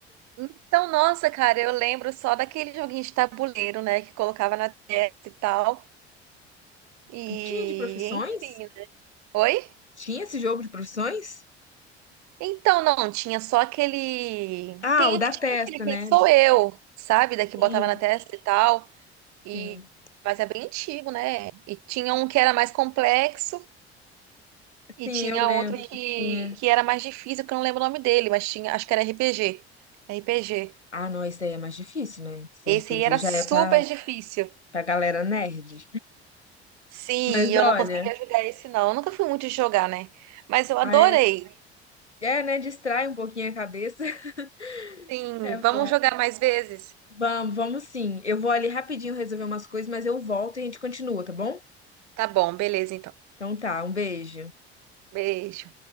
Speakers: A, on the right; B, on the left.
A: Então, nossa, cara, eu lembro só daquele joguinho de tabuleiro, né? Que colocava na testa e tal. E,
B: <laughs> Tinha de profissões?
A: enfim, né? Oi?
B: Tinha esse jogo de profissões?
A: Então, não, tinha só aquele.
B: Ah,
A: Tem,
B: o da
A: tinha
B: testa,
A: aquele Quem
B: né?
A: Sou Eu, sabe? Daqui
B: Sim,
A: botava na testa e tal. E...
B: sim.
A: Mas é bem antigo, né? E tinha um que era mais complexo e
B: Sim,
A: tinha
B: eu lembro
A: outro Sim. que,
B: que tinha.
A: que era mais difícil, que eu não lembro o nome dele, mas tinha, acho que era RPG. RPG.
B: Ah, não, esse daí é mais difícil, né? Esse
A: Esse
B: RPG
A: aí era
B: já
A: super
B: é pra,
A: difícil.
B: pra galera nerd.
A: Sim,
B: Mas
A: e eu
B: olha,
A: não conseguia jogar esse, não. Eu nunca fui muito de jogar, né? Mas eu adorei.
B: ah, é, é, né? Distrai um pouquinho a cabeça. <laughs>
A: Sim,
B: É
A: vamos
B: bom.
A: jogar mais vezes?
B: Vamos, vamos sim. Eu vou ali rapidinho resolver umas coisas, mas eu volto e a gente continua, tá bom?
A: Tá bom, beleza então.
B: Então tá, um beijo.
A: Beijo.